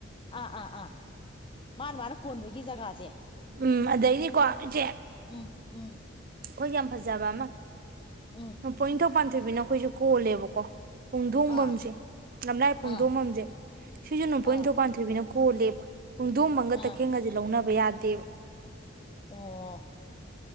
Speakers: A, on the left; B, on the right.
A: ꯑꯥ ꯑꯥ ꯑꯥ ꯃꯥꯅ ꯃꯥꯅ ꯀꯣꯟꯕꯒꯤ ꯖꯒꯥꯁꯦ
B: ꯎꯝ ꯑꯗꯩꯗꯤꯀꯣ ꯏꯆꯦ
A: ꯎꯝ ꯎꯝ
B: ꯑꯩꯈꯣꯏꯒꯤ ꯌꯥꯝ ꯐꯖꯕ ꯑꯃ
A: ꯎꯝ
B: ꯅꫭꯡꯄꫭꯛ ꯅꯤꯡꯊꯧ ꯄꯥꯟꯊꯣꯏꯕꯤꯅ ꯑꯩꯈꯣꯏꯁꯨ ꯀꯣꯜꯂꯦꯕꯀꯣ ꯄꯨꯡꯊꯣꯡꯕꯝꯁꯦ
A: ꯑꯥ
B: ꯂꯝꯂꯥꯏ
A: ꯑꯥ
B: ꯄꯨꯡꯊꯣꯡꯕꯝꯁꯦ ꯁꯤꯁꯨ ꯅꫭꯡꯄꫭꯛ
A: ꯑꯥ
B: ꯅꯤꯡꯊꯧ ꯄꯥꯟꯊꯣꯏꯕꯤꯅ ꯀꯣ ꯀꫭꯜꯂꯦꯕ ꯄꯨꯡꯗꯣꯝꯕꯝꯒ
A: ꯑꯥ
B: ꯇꯈꯦꯡꯒꯁꯦ ꯂꯧꯅꯕ ꯌꯥꯗꯦ ꯗꯦꯕ
A: ꯑꯣ